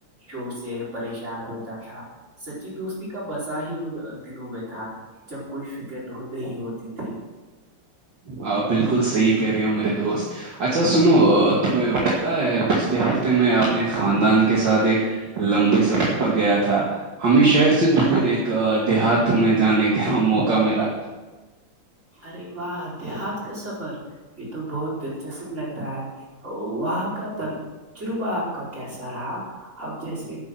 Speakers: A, on the right (about 30°); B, on the right (about 55°).
A: شور سے پریشان ہوتا تھا سچی دوستی کا بزہ ہی ان دلوں میں تھا جب کوئی فکر نہیں نہیںی ہوتی تھی
B: ہاں بالکل صحیح کہہ رہی ہو میرے دوست اچھا سنو تم پتا ہے پچھلے ہفتے میں اپنے خاندان کے ساتھ ایک لمبے سفر پر گیا تھا ہمیں شہر سے دور ایک دیہات میں جانے کا موقع ملا
A: ارے واہ دیہات کا سفر یہ تو بہت دلچسپ لگ رہا ہے وہاں کا تر چروبا آپ کا کیسا رہا اب جیسے